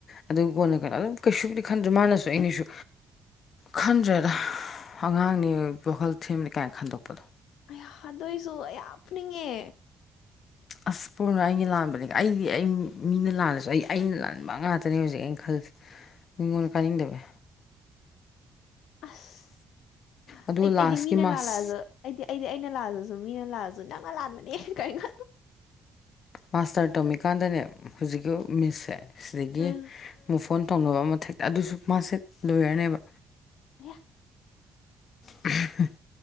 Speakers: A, on the left; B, on the left.
A: ꯑꯗꯨ ꯀꯣꯟꯅ ꯀꯩꯅꯣ ꯑꯗꯨꯝ ꯀꯩꯁꯨꯗꯤ ꯈꯟꯗ꯭ꯔꯦ ꯃꯥꯅꯁꯨ ꯑꯩꯅꯁꯨ ꯈꯟꯗ꯭ꯔꯦꯗ ꯑꯉꯥꯡꯅꯤ ꯋꯥꯈꯜ ꯊꯦꯝꯅꯤ ꯀꯥꯏꯅ ꯈꯟꯗꯣꯛꯄꯗꯣ
B: ꯑꯩꯗꯣꯏꯏꯁꯨ ꯑ ꯄꯨꯅꯤꯡꯉꯦ
A: ꯑꯁ ꯄꯨꯔꯅ ꯑꯩꯒꯤ ꯂꯥꯟꯕꯅꯦ ꯑꯩꯗꯤ ꯑꯩ ꯃꯤꯅ ꯂꯥꯜꯂꯁꯨ ꯑꯩ ꯑꯩꯅ ꯂꯥꯟꯕ ꯉꯥꯛꯇꯅꯦ ꯍꯧꯖꯤꯛꯩꯅ ꯈꯂꯁꯤ ꯃꯤꯉꯣꯟꯗ ꯀꯥꯅꯤꯡꯗꯕꯦ
B: ꯑꯁ
A: ꯑꯗꯨꯒ
B: ꯑꯩꯗꯤ
A: ꯂꯥꯁꯀꯤ
B: ꯑꯩꯗꯤ ꯃꯤꯅ
A: ꯃꯥꯁ
B: ꯂꯥꯜꯂꯛꯑꯁꯨ ꯑꯩꯗꯤ ꯑꯩꯗꯤ ꯑꯩꯅ ꯂꯥꯜꯂꯁꯨ ꯃꯤꯅ ꯂꯥꯂꯁꯨ ꯅꯪꯅ ꯂꯥꯟꯕꯅꯦ ꯀꯔꯤꯅꯣ
A: ꯃꯥꯁꯇꯔ ꯇꯝꯃꯤꯀꯥꯟꯗꯅꯦ ꯍꯧꯖꯤꯛꯀꯤ ꯃꯤꯁꯁꯦ ꯁꯤꯗꯒꯤ
B: ꯑꯥ
A: ꯃꯨ ꯐꯣꯟ ꯇꯧꯅꯕ ꯑꯃꯊꯦꯛꯇ ꯑꯗꯨꯁꯨ ꯃꯥꯁꯦ ꯂꯣꯏꯔꯅꯦꯕ
B: ꯍ
A: <unintelligible>